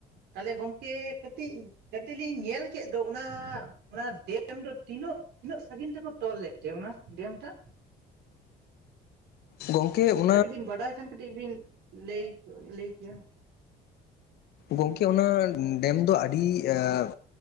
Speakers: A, on the right (about 80°); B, on the left (about 70°).
A: ᱛᱟᱦᱚᱞᱮ ᱜᱚᱝᱠᱮ ᱠᱟᱹᱴᱤᱡ, ᱠᱟᱹᱴᱤᱡ ᱞᱤᱧ ᱧᱮᱞ ᱠᱮᱫ ᱫᱚ᱾ ᱚᱱᱟ ᱚᱱᱟ ᱰᱮᱢ ᱫᱚ ᱛᱤᱱᱟᱹᱜ, ᱛᱤᱱᱟᱹᱜ ᱥᱟᱺᱜᱤᱧ ᱛᱮᱠᱚ ᱛᱚᱞ ᱞᱮᱫ ᱛᱮ ᱾ᱚᱱᱟ ᱰᱮᱢ ᱴᱟᱜ
B: ᱜᱚᱝᱠᱮ ᱚ
A: ᱠᱟᱹᱴᱤᱡ ᱵᱤᱱ ᱵᱟᱰᱟᱭ ᱠᱷᱟᱱ, ᱠᱟᱹᱴᱤᱡ ᱵᱤᱱ ᱞᱟᱹᱭ, ᱞᱟᱹᱭ ᱠᱮᱭᱟ᱾
B: ᱜᱚᱝᱠᱮ ᱚᱱᱟ ᱰᱮᱢ ᱫᱚ ᱟᱹᱰᱤ ᱮᱸ-